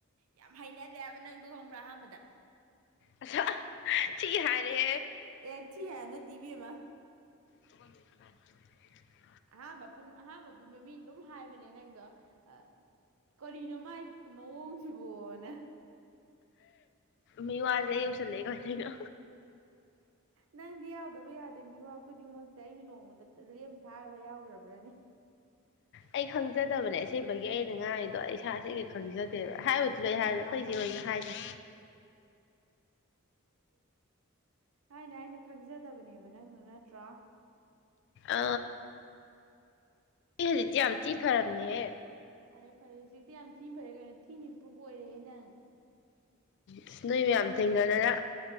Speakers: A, on the right; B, on the left.
A: ꯌꯥꯝ ꯍꯩꯅꯖꯦ ꯍꯥꯏꯕ ꯅꯪꯗ ꯍꯣꯡꯕ꯭ꯔꯥ ꯑꯍꯥꯟꯕꯗ
B: ꯑ ꯆꯤ ꯍꯥꯏꯔꯦ
A: ꯑꯦ ꯊꯤ ꯍꯥꯏ ꯅ ꯇꯤꯕꯤꯃ
B: <unintelligible>
A: ꯑꯍꯥꯥꯟꯕ ꯑꯍꯥꯥꯟꯕ ꯄꯨꯟꯕ ꯃꯤ ꯑꯗꯨꯝ ꯍꯥꯏꯕꯅꯦ ꯅꯪꯗꯣ ꯑ ꯀꯔꯤꯅꯣꯃꯥꯏ ꯃꯑꯣꯡ ꯕꯣꯅ
B: ꯃꯤꯨ ꯑꯖꯩ ꯎꯆ ꯆꯂꯦꯒ ꯊꯅ
A: ꯅꯪꯗꯤ ꯌꯥꯎꯗꯕ ꯌꯥꯗꯦ ꯃꯤꯋꯥ ꯈꯨꯗꯤꯡꯃꯛꯇꯤ ꯑꯩꯅ ꯅꯣꯡꯃꯗ ꯂꯦꯝ ꯊꯥꯕ ꯌꯥꯎꯈ꯭ꯔꯕ꯭ꯔꯅꯤ
B: ꯑꯩ ꯈꯪꯖꯗꯕꯅꯦ ꯑꯁꯦꯡꯕꯒꯤ ꯑꯩꯅ ꯉꯥꯡꯉꯤꯗꯣ ꯑꯩ ꯏꯁꯥꯁꯦ ꯀꯩ ꯈꯪꯖꯗꯦꯕ ꯍꯥꯏꯕꯗꯨꯗ ꯑꯩ ꯍꯥꯏ ꯐꯩꯁꯦ ꯍꯣꯏꯁꯨ ꯍꯥꯏꯗ꯭ꯔꯦ
A: ꯍꯥꯏꯅ ꯑꯩꯅ ꯈꯪꯖꯗꯕꯅꯦꯕ ꯅꯪꯅ ꯅꯠꯇ꯭ꯔꯥ
B: ꯑ ꯍꯧꯖꯤꯗꯤ ꯌꯥꯝ ꯊꯤ ꯐꯔꯝꯅꯦ ꯍꯦ
A: ꯐꯔꯦ ꯐꯔꯦ ꯍꯧꯖꯤꯛꯇꯤ ꯌꯥꯝ ꯊꯤꯅ ꯐꯔꯦ ꯀꯩꯅꯣ ꯊꯤꯅ ꯏꯝꯄ꯭ꯔꯨꯨꯞ ꯑꯣꯏꯔꯦꯍꯦ ꯅꯪ
B: ꯎ ꯁꯅꯣꯏꯕ ꯌꯥꯝꯝ ꯊꯦꯡꯉꯗꯔ